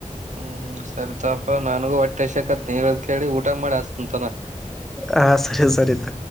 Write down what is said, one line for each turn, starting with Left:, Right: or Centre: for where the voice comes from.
Right: ಹ್ಮ್ ಸರಿತಪಾ ನನ್ಗೂ ಹೊಟ್ಟೆ ಎಸಕತ್ ನೀದ ಕೇಳಿ ಊಟ ಮಾಡಿ ಅಸತಂತನ.
Centre: ಹಾ ಸರಿ ಸರಿ ತ.